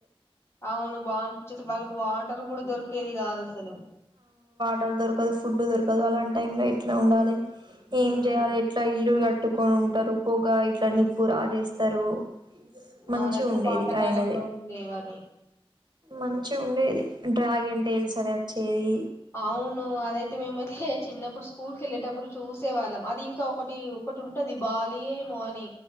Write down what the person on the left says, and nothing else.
ఔను బావున్పేచ్స్ వాళ్ళక్ వాటర్ గూడ దొరికేది గాదసలు
ఉమ్
అవును అన్ని పాతకాలంలో
ఉండేవని
ఔను అదైతే మేమైతే చిన్నప్పుడు స్కూల్కెళ్ళేటప్పుడు చూసేవాళ్ళం అది ఇంకా ఒకటి ఒకటుంటది బాలియేమో అనీ